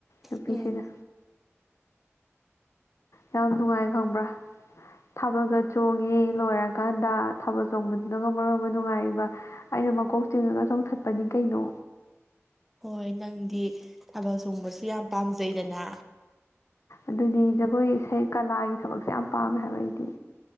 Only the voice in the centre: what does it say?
ꯎꯝ꯫
ꯍꯣꯏ ꯅꯪꯗꯤ ꯊꯥꯕꯜ ꯆꯣꯡꯕꯁꯨ ꯌꯥꯝ ꯄꯥꯝꯖꯩꯗꯅ꯫